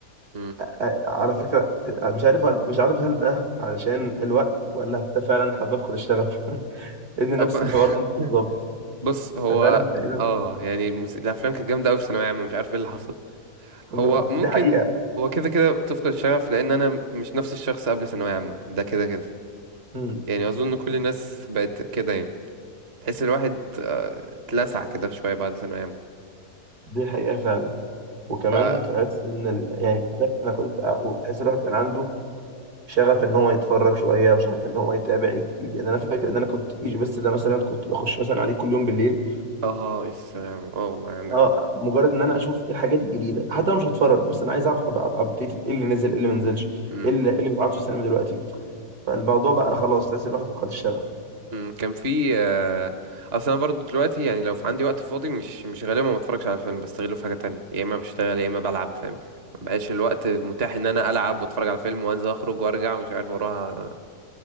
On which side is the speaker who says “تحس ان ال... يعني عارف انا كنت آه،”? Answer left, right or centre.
Right